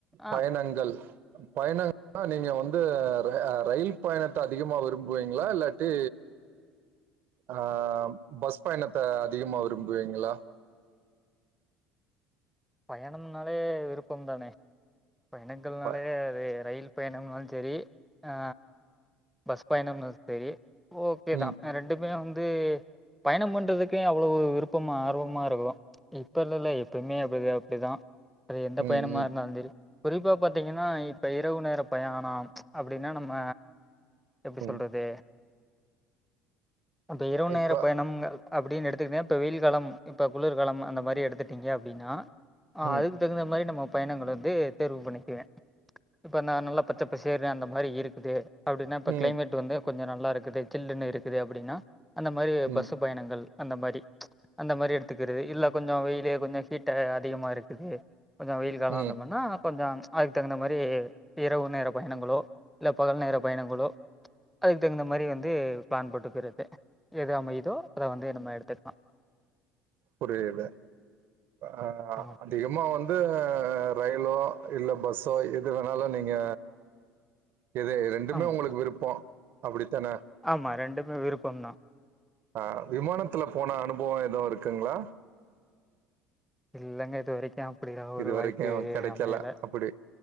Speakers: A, in the centre; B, on the right.
A: ஆ
B: பயணங்கள் பயணங்கள்னா நீங்க வந்து ர ரயில் பயணத்தை அதிகமா விரும்புவீங்களா இல்ல டி ஆ பஸ் பயணத்த அதிகமா விரும்புவீங்களா
A: பயணம்னாலே விருப்பம் தானே பயணங்கள்னாலே
B: ப
A: அது ரயில் பயணம்னாலு செரி ஆ பஸ் பயணம்னாலு செரி ஓகே
B: ம்
A: தா ரெண்டுமே வந்து பயணம் பண்றதுக்கே அவ்ளோவு விருப்பமா ஆர்வமா இருக்கு இப்ப இல்லல எப்பமே இப்ப அது அப்டிதா அது எந்த
B: ம்
A: பயணமா
B: ம்
A: இருந்தாலு சேரி குறிப்பா பாத்தீங்கனா இப்போ இரவு நேர பயாணம் அப்டின்னா நம்ம எப்டி
B: ம்
A: சொல்றது அந்த இரவு நேர
B: இப்ப
A: பயணம் அப்டின்னு எடுத்துக்கினா இப்ப வெயில்காலம் இப்ப குளுர்காலம் அந்தமாரி எடுத்துட்டீங்க அப்டின்னா ஆ
B: ம்
A: அதுக்கு தகுந்த மாரி நம்ம பயணங்கள வந்து தேர்வு பண்ணிக்குவே இப்ப நா நல்லா பச்சப்பசேர்னு அந்த மாரி இருக்குது அப்டின்னா இப்போ
B: ம்
A: கிளைமேட் வந்து கொஞ்சோ நல்லா இருக்குது சில்லுன்னு இருக்குது அப்டின்னா அந்த மாரி
B: ம்
A: பஸ்சு பயணங்கள் அந்த மாரி அந்த மாரி எடுத்துக்கிறது இல்ல கொஞ்சோ வெயிலு கொஞசோ ஹீட் அதிகமா இருக்குது கொஞ்சோ வெயில் காலோ
B: ம்
A: அந்த மாரினா கொஞ்சோ அதுக்கு தகுந்த மாரி இரவு நேர பயணங்களோ இல்ல பகல் நேர பயணங்களோ அதுக்கு தகுந்த மாரி வந்து பிளான் போட்டுக்கிறது எத அமையுதோ அத வந்து நம்ம எடுத்துக்கலா
B: புரியல அ
A: ஆ
B: திகமா வந்து ரயிலோ இல்ல பஸ்ஸோ எது வேணாலு நீங்க எது ரெண்டுமே
A: ஆமா
B: உங்களுக்கு விருப்போ அப்டித்தானே
A: ஆமா ரெண்டுமே விருப்பம்தா
B: ஆ விமானத்துல போன அனுபோ எதுவு இருக்குங்ளா
A: இல்லங்க இது வரைக்கு அப்டி ஒரு
B: இது வரைக்கு
A: வாய்ப்பு
B: கெடைக்கல
A: அமையல
B: அப்படி